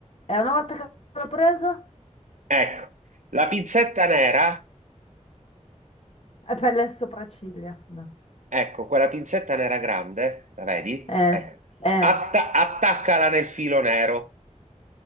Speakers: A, on the left; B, on the right.
A: E una volta che l'ho preso,
B: Ecco, la pinzetta nera,
A: è per le sopracciglia. No.
B: ecco, quella pinzetta nera grande, la vedi?
A: Eh,
B: Ecco.
A: eh,
B: Atta- attaccala nel filo nero.